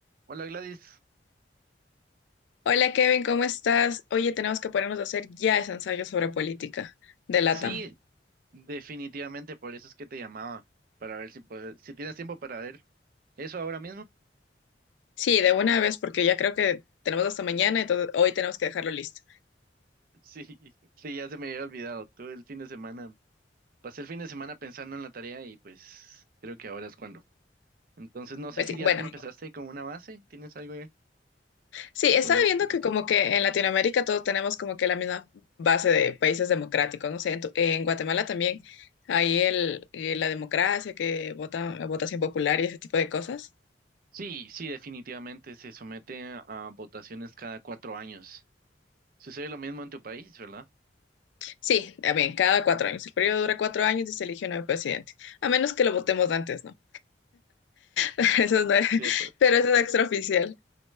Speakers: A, on the right (about 50°); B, on the left (about 85°).
A: Hola Gladys,
B: Hola Kevin, ¿cómo estás? Oye, tenemos que ponernos a hacer ya ese ensayo sobre política de LATAM.
A: sí, definitivamente por eso es que te llamaba, para ver si puedes, si tienes tiempo para ver eso ahora mismo.
B: Sí, de una vez, porque ya creo que tenemos hasta mañana, entonces hoy tenemos que dejarlo listo.
A: Sí, <laughs> sí, ya se me había olvidado, todo el fin de semana, pasé el fin de semana pensando en la tarea y pues creo que ahora es cuando. Entonces no sé
B: Pues
A: si
B: sí,
A: ya
B: bueno,
A: te empezaste con una base, ¿tienes algo ya
B: sí,
A: que
B: estaba
A: podríamos
B: viendo
A: compartir?
B: que como que en Latinoamérica todos tenemos como que la misma base de países democráticos, no sé, en, tu- en Guatemala también hay el, eh, la democracia, que vota, votación popular y ese tipo de cosas.
A: Sí, sí, definitivamente se somete a votaciones cada cuatro años. Sucede lo mismo en tu país, ¿verdad?
B: Sí, también, cada cuatro años. El periodo dura cuatro años y se elige un nuevo presidente, a menos que lo votemos antes, ¿no? <laughs> Eso no es-
A: Cierto.
B: <laughs> pero eso es extraoficial.